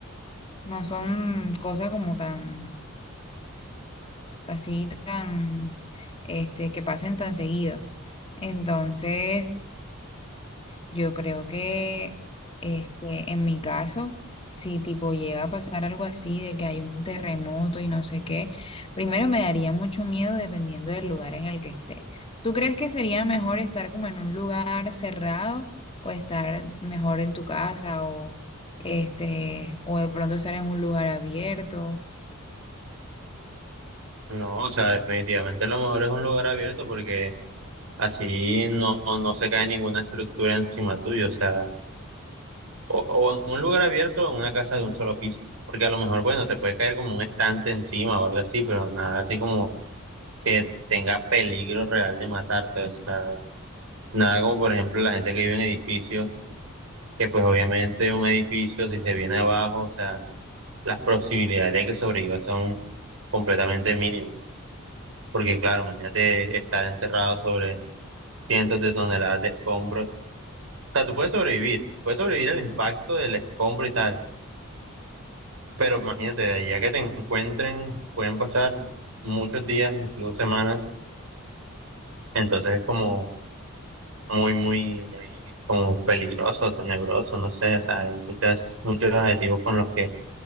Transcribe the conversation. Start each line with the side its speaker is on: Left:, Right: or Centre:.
Left: no son cosas como tan, así, tan, este, que pasen tan seguido. Entonces, Yo creo que este, en mi caso, si tipo llega a pasar algo así de que hay un terremoto y no sé qué, primero me daría mucho miedo dependiendo del lugar en el que esté. ¿Tú crees que sería mejor estar como en un lugar cerrado o estar mejor en tu casa o este o de pronto estar en un lugar abierto?
Right: No, o sea, definitivamente lo mejor es un lugar abierto porque así no, no se cae ninguna estructura encima tuyo, o sea. O, o en un lugar abierto o en una casa de un solo piso. Porque a lo mejor, bueno, te puede caer como un estante encima o algo así, pero nada así como que tenga peligro real de matarte. O sea, nada como por ejemplo la gente que vive en edificios, que pues obviamente un edificio si se viene abajo, o sea, las posibilidades de que sobreviva son completamente mínimas. Porque claro, imagínate estar enterrado sobre cientos de toneladas de escombros. O sea, tú puedes sobrevivir, puedes sobrevivir al impacto del escombro y tal Pero imagínate, de ya que te encuentren, pueden pasar muchos días, incluso semanas, entonces es como muy, muy, muy como peligroso, tenebroso, no sé, o sea, hay muchas, muchos adjetivos con los que